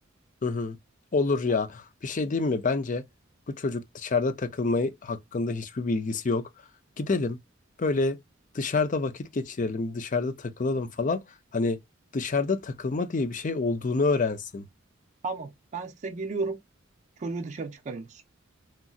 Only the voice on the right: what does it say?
Ben-
Tamam. Ben size geliyorum. Çocuğu dışarı çıkarıyoruz.